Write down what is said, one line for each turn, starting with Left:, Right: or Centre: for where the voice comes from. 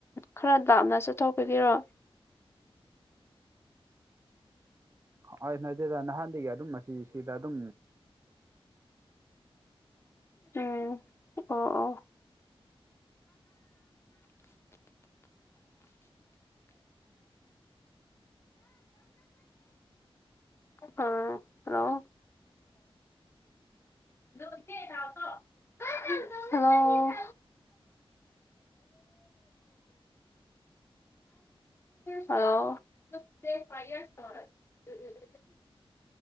Left: ꯈꯔ ꯥꯞꯅ ꯆꯠꯊꯣꯛꯄꯤꯒꯤꯔꯣ
Right: ꯍꯣꯏ ꯅ ꯑꯗꯨꯦꯗ ꯅꯍꯥꯟꯗꯒꯤ ꯑꯗꯨꯝ ꯑꯁꯤ ꯁꯤꯗ ꯑꯗꯨꯝ
Left: ꯎꯝ ꯑꯣ ꯑꯣ ꯑꯝ ꯍꯂꯣ <unintelligible> ꯍꯂꯣ ꯍꯂꯣ ꯁꯦ ꯐꯥꯏꯌꯔ ꯇꯔꯦ ꯎꯝ ꯎꯝ